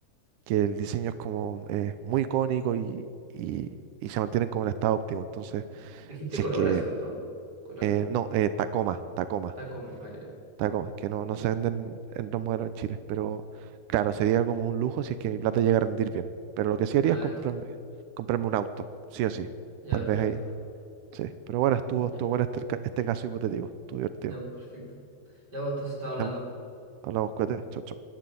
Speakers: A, on the right; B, on the right.
A: que el diseño es como eh, muy icónico y, y- y se mantienen como en estado óptimo. Entonces,
B: Dijiste
A: si
B: Corolla,
A: es que,
B: ¿cierto? ¿Corolla?
A: eh, no, eh, Tacoma, Tacoma,
B: Tacoma. Ah, ya. ya.
A: Tacoma, que no, no se venden en los modelos en Chile, pero claro, sería como un lujo si es que mi plata llega a rendir bien. Pero lo que sí
B: Ah,
A: haría es comprarme,
B: ya.
A: comprarme un auto, sí o sí,
B: Ya,
A: tal
B: perfecto.
A: vez ahí, sí. Pero bueno, estuvo,
B: Ya.
A: estuvo bueno este, ca- este caso hipotético, estuvo divertido.
B: Ya, perfecto. Ya, bueno, entonces estamos hablando.
A: Ya, pues, Hablamos, cuídate, chau chau